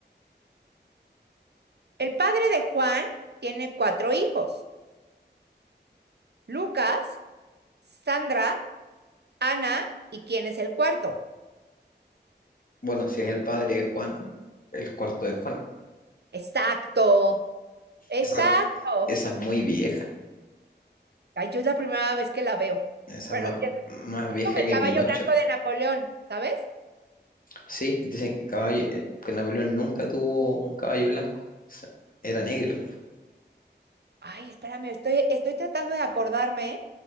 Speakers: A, on the right; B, on the left.
A: El padre de Juan tiene cuatro hijos. Lucas, Sandra, Ana y ¿quién es el cuarto?
B: Bueno, si es el padre de Juan, el cuarto de Juan.
A: Exacto, exacto.
B: Esa, esa es muy vieja.
A: Ay, yo es la primera vez que la veo,
B: Esa
A: pero
B: es más,
A: sí es
B: más
A: es
B: vieja
A: como el
B: que
A: caballo
B: Pinocho.
A: blanco de Napoleón, ¿sabes?
B: Sí, dicen que, caballo, eh, que Napoleón nunca tuvo un caballo blanco. o sea, era negro.
A: Ay, espérame, estoy, estoy tratando de acordarme